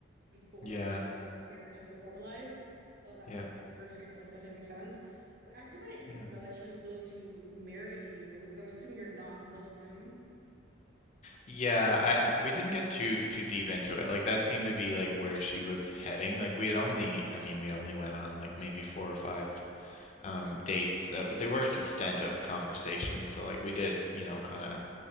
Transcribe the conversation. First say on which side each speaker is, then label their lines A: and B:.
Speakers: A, on the right (about 55°); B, on the left (about 40°).
A: before
B: Yeah.
A: like marriage has been formalized. So that
B: Yeah.
A: makes sense. Your experience does definitely make sense. I do find it interesting
B: Yeah.
A: though that she was willing to marry you because I'm assuming you're not Muslim.
B: Yeah, I, I we didn't get too too deep into it. Like that seemed to be like where she was heading. Like we had only, I mean, we only went on like maybe four or five um dates, uh, but they were substantive
A: Mm,
B: conversations. So like we did, you know, kind of